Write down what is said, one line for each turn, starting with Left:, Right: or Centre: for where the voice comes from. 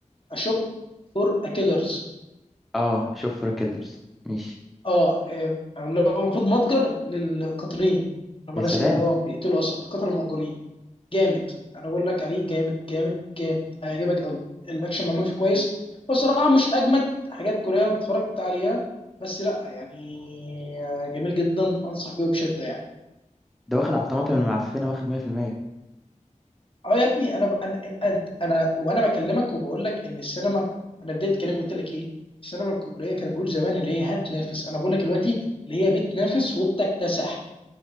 Left: اشوب فور كيلرز
Centre: اه آه، شوف فور كيلرز ماشي
Left: اه آه، اللي هو المفروض متجر للقاتلين اللي هم
Centre: يا
Left: الناس
Centre: سلام
Left: اللي هو بيقتلوا اصلا القتله المأجورين جامد انا بقول لك عليه جامد جامد جامد هيعجبك قوي الاكشن معمول فيه كويس بصراحه مش اجمد حاجات كوريه انا اتفرجت عليها بس لا يعني آه، جميل جدا انصح بيه بشده يعني
Centre: ده واخد على الطماطم المعفنة واخد 100%
Left: اه يا ابني انا انا انا, أنا وانا بكلمك وبقول لك ان السينما انا بدايه كلامي قلت لك ايه السينما الكوريه كان بيقول زمان اللي هي هتنافس انا بقول لك دلوقتي اللي هي بتنافس وبتكتسح